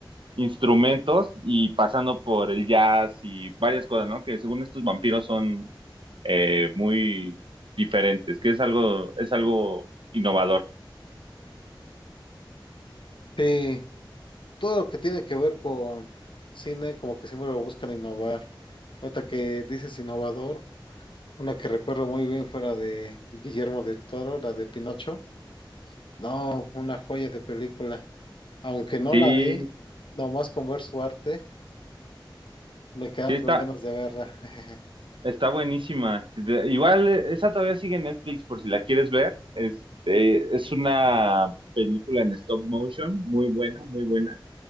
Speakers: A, on the right (about 75°); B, on the left (about 70°).
A: instrumentos y pasando por el jazz y varias cosas, ¿no? Que según estos vampiros son eh, muy diferentes, que es algo, es algo innovador.
B: Sí, todo lo que tiene que ver con cine, como que siempre lo buscan innovar. Ahorita que dices innovador. Una que recuerdo muy bien fue la de Guillermo del Toro, la de Pinocho. No, una joya de película. Aunque no
A: Sí,
B: la vi, nomás con ver su arte, me quedan
A: sí está,
B: con ganas de verla. <laughs>
A: está buenísima. De- Igual eh, esa todavía sigue en Netflix por si la quieres ver. Este, es una película en stop motion, muy buena, muy buena.